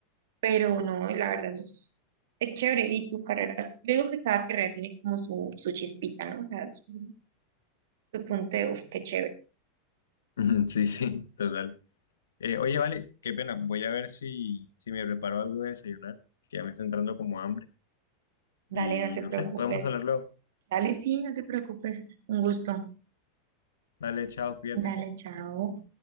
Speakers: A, on the right (about 70°); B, on the left (about 80°).
A: pero no, la verdad no es, es chévere. Y tu carrera, yo digo que cada carrera tiene como su, su chispita, ¿no? O sea, su, su punto de, uf, qué chévere.
B: <laughs> Sí, sí, total. Eh, oye, vale, qué pena. Voy a ver si, si me preparo algo de desayunar, que ya me está entrando como hambre.
A: Dale,
B: Y
A: no te
B: no
A: preocupes.
B: sé, podemos hablar luego.
A: Dale, sí, no te preocupes. Un gusto.
B: Dale, chao, cuídate.
A: Dale, chao.